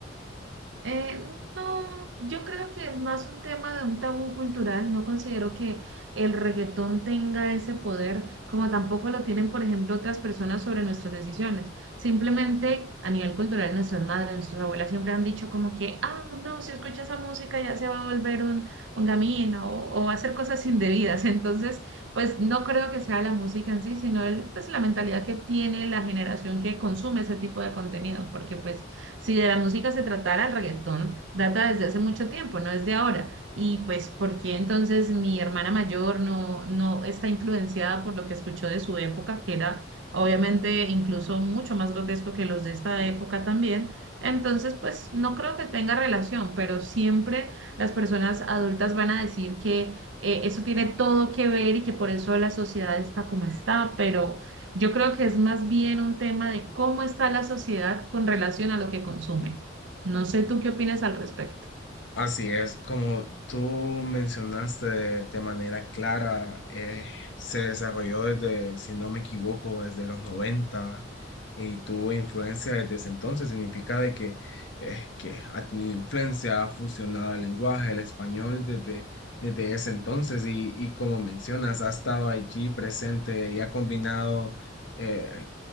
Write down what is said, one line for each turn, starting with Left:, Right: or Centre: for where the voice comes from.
Right: Eh, no, yo creo que es más un tema de un tabú cultural. No considero que el reggaetón tenga ese poder, como tampoco lo tienen, por ejemplo, otras personas sobre nuestras decisiones. Simplemente a nivel cultural, nuestras madres, nuestras abuelas siempre han dicho como que, ah, no, si escucha esa música ya se va a volver un, un gamín o, o va a hacer cosas indebidas. <laughs> Entonces, pues no creo que sea la música en sí, sino el, pues la mentalidad que tiene la generación que consume ese tipo de contenido, porque pues... Si de la música se tratara, el reggaetón data desde hace mucho tiempo, no es de ahora. Y pues, ¿por qué entonces mi hermana mayor no, no está influenciada por lo que escuchó de su época, que era obviamente incluso mucho más grotesco que los de esta época también? Entonces, pues no creo que tenga relación, pero siempre las personas adultas van a decir que eh, eso tiene todo que ver y que por eso la sociedad está como está, pero... Yo creo que es más bien un tema de cómo está la sociedad con relación a lo que consume. No sé tú qué opinas al respecto.
Left: Así es, como tú mencionaste de, de manera clara, eh, se desarrolló desde, si no me equivoco, desde los 90 y tuvo influencia desde ese entonces. Significa de que, eh, que ha tenido influencia, ha fusionado el lenguaje, el español desde, desde ese entonces y, y como mencionas, ha estado allí presente y ha combinado eh,